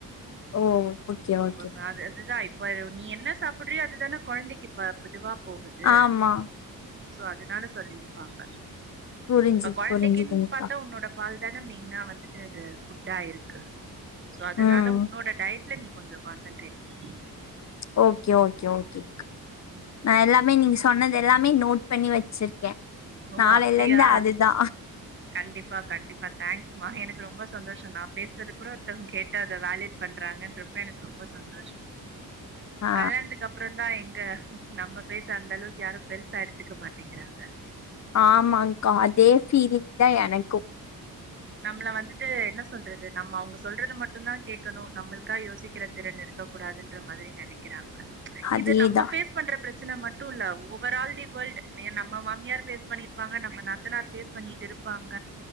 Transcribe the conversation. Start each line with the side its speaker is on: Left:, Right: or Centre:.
Left: ஓ ஓகே
Right: அ அப்பப்
Left: ஓகே
Right: அது அதுதா இப்ப நீ என்ன சாப்பிட்றியோ அதுதான கொழந்தெக்கி இப்ப ப்மெதுவா போகுது
Left: ஆமா
Right: சோ அதனால சொல்லிர்ப்பாங்க
Left: புரிஞ்சுது
Right: ப கொழந்தெக்கின்
Left: புரிஞ்சுதுங்க்கா
Right: பாத்தா உன்னோட பால் தான மெய்னா வந்துட்டு இது ஃபுட்டா இருக்கு சோ அதனால
Left: ம்
Right: உன்னோட டய்ட் இல்ல நீ கொஞ்ச கான்சென்ட்ரேட் பண்ணு
Left: ஓகே ஓகே ஓகே க்
Right: ம்
Left: எல்லாமே நீ சொன்னது எல்லாமே நோட் பண்ணி வெச்சிர்க்கே
Right: ஓ
Left: நாளேல
Right: அப்டியா
Left: இருந்து அதுதா
Right: கண்டிப்பா கண்டிப்பா தேங்க்ஸ்மா எனக்கு ரொம்ப சந்தோஷோ நா பேசுறது கூட ஒருத்தவங்க கேட்டு அத வ்வேல்யு பண்றாங்கன்றப்ப எனக்கு ரொம்ப சந்தோஷோ
Left: ஆ
Right: கல்யாண்துக் அதுக்கப்பறொந்தா எங்க நம்ம பேச்ச அந்த அளவுக் யாரு பெருசா எடுத்துக்க மாட்டிங்கிறாங்க
Left: ஆமாங்கா அதே ஃபீலிங் தா எனக்கு
Right: நம்மள வந்துட்டு என்ன சொல்றது நம்ம அவங்க சொல்றது மட்டுந்தா கேக்கணு நம்மளுக்கா யோசிக்கெற திறன் இருக்க கூடாதுன்ற மாரி நெனக்கிறாங்க
Left: அதேதா
Right: இது நம்ம ஃபேஸ் பண்ற ப்ரச்சன மட்டு இல்ல ஓவர் ஆல் தி வேல்டு எ நம்ம மாமியார் ஃபேஸ் பண்ணிர்ப்பாங்க நம்ம நாத்தனார் ஃபேஸ் பண்ணிட்டு இருப் ப்பாங்க